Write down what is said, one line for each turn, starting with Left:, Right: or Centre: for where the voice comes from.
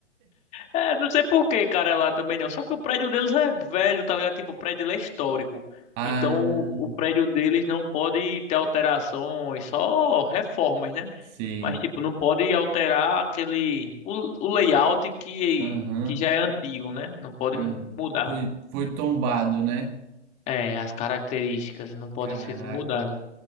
Left: É, não sei por que, cara, é lá também não. Só que o prédio deles é velho, tá ligado? Tipo, o prédio lá é histórico.
Right: Ah,
Left: Então, o prédio deles não pode ter alterações, só reformas, né?
Right: sei.
Left: Mas, tipo, não pode alterar aquele... O, o layout que,
Right: Aham.
Left: que já é antigo, né? Não pode
Right: é.
Left: mudar.
Right: Foi, foi tombado, né?
Left: É, as características não podem
Right: Caraca,
Left: ser mudadas.